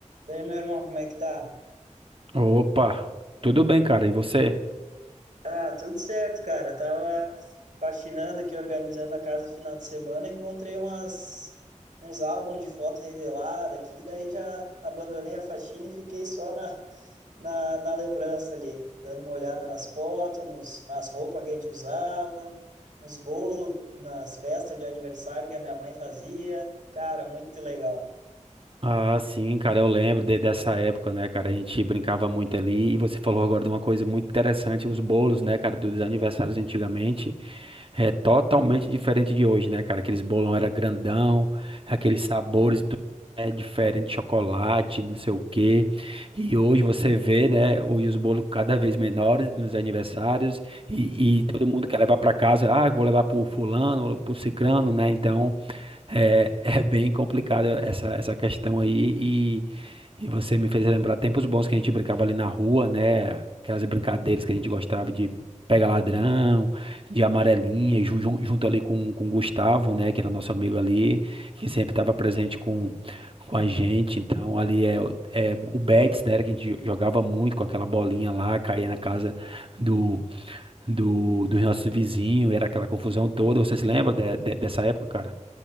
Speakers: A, on the right (about 75°); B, on the right (about 45°).
A: Daí, meu irmão, como é que tá?
B: Opa, tudo bem, cara? E você?
A: Ah, tudo certo, cara. Tava faxinando aqui, organizando a casa no final de semana, encontrei umas uns álbuns de foto revelada aqui, daí já abandonei a faxina e fiquei só na, na, na lembrança ali, dando uma olhada nas fotos, nos, nas roupas que a gente usava, nos bolos, nas festas de aniversário que a minha mãe fazia. Cara, muito legal.
B: Ah, sim, cara, eu lembro de- dessa época, né, cara? A gente brincava muito ali. E você falou agora de uma coisa muito interessante, os bolos, né, cara, dos aniversários antigamente. É totalmente diferente de hoje, né, cara? Aqueles bolão era grandão, aqueles sabores tudo, né, diferente, chocolate, não sei o quê. E hoje você vê, né, hoje os bolos cada vez menores nos aniversários e, e todo mundo quer levar para casa. Ah, eu vou levar pro fulano, pro cicrano, né? Então. É, <laughs> é bem complicada essa, essa questão aí e, e você me fez lembrar tempos bons que a gente brincava ali na rua, né? Aquelas brincadeiras que a gente gostava de pega ladrão, de amarelinha, ju- ju- junto ali com, com o Gustavo, né? Que era nosso amigo ali, que sempre estava presente com, com a gente. Então ali é, o- é o Betis, né? Que a gente jogava muito com aquela bolinha lá, caía na casa do, do, dos nossos vizinhos, era aquela confusão toda. Você se lembra de- de- dessa época, cara?